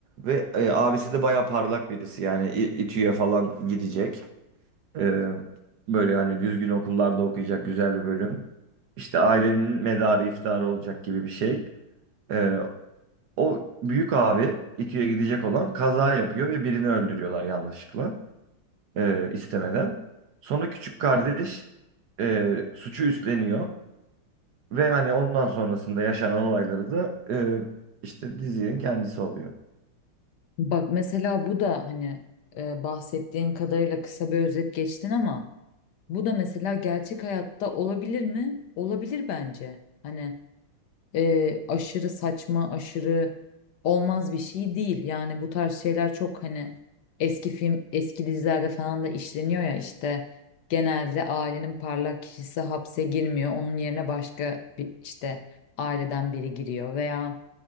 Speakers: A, on the right; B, on the left.
A: Ve e, abisi de baya parlak birisi. Yani İ- İTÜ'ye falan gidecek. Ee, böyle hani düzgün okullarda okuyacak güzel bir bölüm. İşte ailenin medarı iftiharı olacak gibi bir şey. Ee, o büyük abi İTÜ'ye gidecek olan kaza yapıyor ve birini öldürüyorlar yanlışlıkla. e, istemeden. Sonra küçük kardeş e, suçu üstleniyor. Ve hani ondan sonrasında yaşanan olayları da e, işte dizinin kendisi oluyor.
B: bak mesela bu da hani e, bahsettiğin kadarıyla kısa bir özet geçtin ama bu da mesela gerçek hayatta olabilir mi? Olabilir bence. Hani e, aşırı saçma, aşırı olmaz bir şey değil. Yani bu tarz şeyler çok hani eski film, eski dizilerde falan da işleniyor ya işte genelde ailenin parlak kişisi hapse girmiyor. Onun yerine başka bir işte aileden biri giriyor veya